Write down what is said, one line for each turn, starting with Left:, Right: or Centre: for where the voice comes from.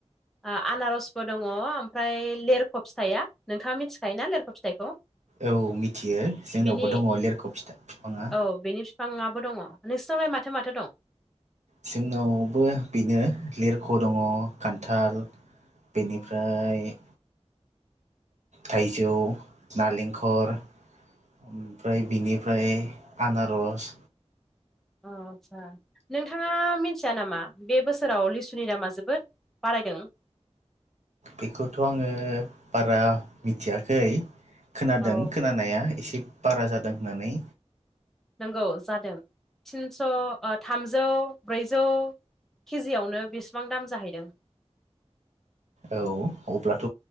Centre: ओ आनारसबो दङ ओमफ्राय लेरख फिथाया नोंथाङा मिथिखायोना लेरख फिथाइखौ
Right: औ मिथियो जोंनावबो
Centre: बिनि
Right: दङ लेरख फिथा बिफाङा
Centre: औ बेनि बिफांआबो दङ नोंसिनावलाय माथो माथो दं
Right: जोंनावबो बिनो लिरख दङ खान्थाल बेनिफ्राय थाइजौ नालेंखर ओमफ्राय बिनिफ्राय आनारस
Centre: अ आतसा नोंथाङा मिथिया नामा बे बोसोराव लिसुनि दामा जोबोद बारायदों।
Right: बेखौथ' आङो बारा मिथियाखै। खोनादों
Centre: औ
Right: खोनानाया एसे बारा जादों होननानै।
Centre: नंगौ जादों तिनस थामजौ ब्रैजौ केजियावनो बेसेबां दाम जाहैदों।
Right: औ अब्लाथ'